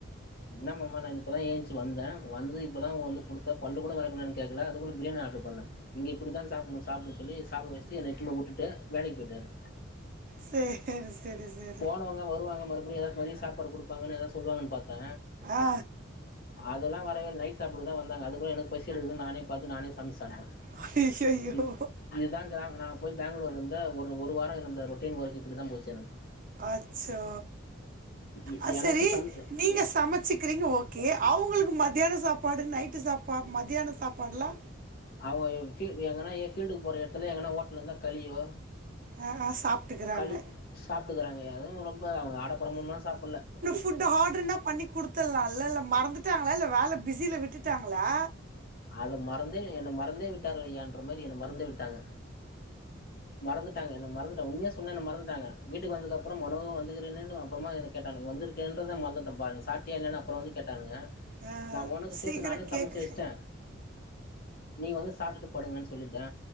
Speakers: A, on the left (about 50°); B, on the right (about 45°).
A: என்ன மாமா நா இப்பதா ஏந்ச்சு வந்தே வந்து இப்பதா வந்து குடு த்து பல்லு கூட வெலக்கனானுன் கேக்கல அதுகுள்ள பிரியாணி ஆட்ரு பண்ண இங்க இப்படித்தா சாப்புணு சாப்டு சொல்லி சாப்பிட வெஸ்ட்டு என்ன இட்டுன் போய் உட்டுட்டு வேலைக் போய்ட்டாரு
B: சேரி செரி செ
A: போனவங்க வருவாங்க மறுபடியு எதாத் மதிய சாப்பாடு குடுப்பாங்கன் எதாவ் சொல்லுவாங்கன்னு பாத்தே
B: ஆ
A: அதெல்லா வரவேல் நைட் டு சாப்பிடதா வந்தாங்க அதுகுள்ள எனக்கு பசி எடுக்குதுனு நானே பாத்து நானே சமஸ் சாப்ட்டே
B: அய்யய்யோ
A: இது இதுதா கிராம நா போய் பேங்களூர்லிந்த ஒரு ஒரு வாரோ இருந்த ரொட்டீன் ஒர்க் இப்படித்தா போச்ச எனக்
B: அச்சோ
A: எ
B: அ
A: எனக்கு
B: செரி
A: சம்
B: நீங்க சமச்சுக்கிறீங்க ஓ கே அவுங்களுக்கு மதியான சாப்பாடு நைட்டு சாப்பா மதியான சாப்பாட்லா
A: அவுங்க எ ஃபீ எங்கனா எ ஃபீல்டுக்கு போற எட்த்துல எங்கனா ஓட்லிந்தா களியோ
B: அ ஆ சாப்ட்டுக்கிறாங்க.
A: களி சாப்ட்டுக்கிறாங்க அதுவு ரொம்ப அவுங்க ஆடம்பரமுமா சாப்பில்ல
B: ஃபுட்டு் ஆர்ட்ருனா பண்ணி குடுத்துல்லால இல்ல மறந்துட்டாங்களா இல்ல வேல பிஸில விட்டுட்டாங்களா
A: அது மறந்தே என்ன மறந்தே விட்டார் ஐயான் ற மாரி என மறந்தே விட்டாங்க மறந்துட்டாங்க என்ன மறந்துட்ட உண்மயா சொன்னா என்ன மறந்துட்டாங்க வீட்டுக் வந்தக்கப்புறோ மனோ வந்துக்கிறனே நா அப்புறமா என்ன கேட்டங்க வந்துருக்கன்றத மறந்துட்டம்பா அப்டின் சாப்டியா இல்லயான் அப்புறோ வந்து கேட்டானுங்க
B: ஆ
A: நா உனக்கு சேத்து
B: சீக்கிர
A: நானே சமைச்சு
B: கேக்கு
A: வச்சுட்டே நீங்க வந்து சாப்ட்டுட்டு படுங்கன் சொல்லிட்டே